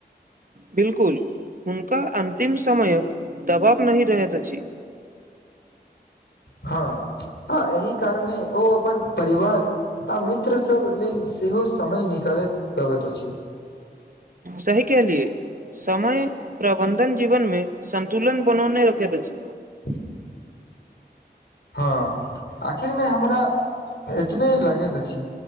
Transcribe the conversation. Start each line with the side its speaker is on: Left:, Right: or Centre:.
Right: बिल्कुल हुनका अन्तिम समयके दबाब नय रहैत अछि
Left: हँ ह एहिह कारणे ओ अपन परिवार। आ मित्रसभ लेल सेहो समय निकालैत पबैत अछि।
Right: सहीके लिए समय प्रबन्धन जीवनमे सन्तुलन बनौने रखैत अछि।
Left: <unintelligible> हँ आखिर मे हमरा एतबे लगैत अछि